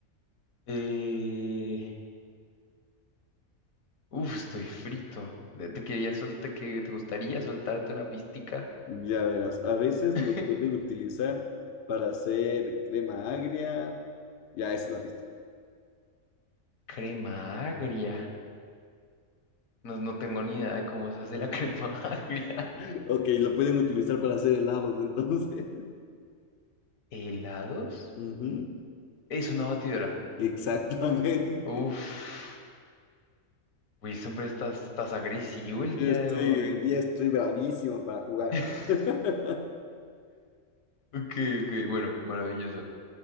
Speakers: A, on the left; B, on the left.
A: Eh, uf, estoy frito. ¿Te te quería soltar, que te gustaría soltarte una pistica?
B: Ya verás, a veces
A: <laughs>
B: lo pueden utilizar para hacer crema agria. Ya, esa es la pista.
A: Crema agria. No, no tengo ni idea de cómo se hace la <laughs> crema agria.
B: <laughs> Ok, lo pueden utilizar para hacer helados, entonces.
A: ¿Helados?
B: <laughs> Ujú,
A: Es una batidora.
B: Exactamente.
A: Uf, Wilson, pero estás, estás agresivo el día
B: Yo estoy,
A: de hoy.
B: hoy día estoy bravísimo para jugar.
A: <laughs>
B: <laughs>
A: Ok, ok, bueno, maravilloso.